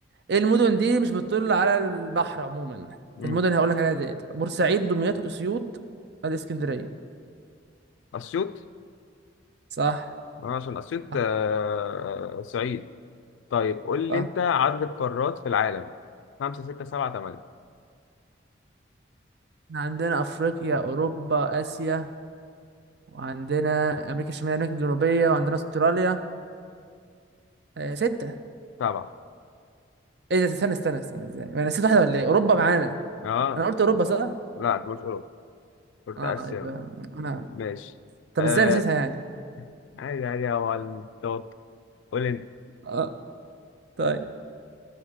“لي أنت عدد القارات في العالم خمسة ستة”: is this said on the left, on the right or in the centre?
Left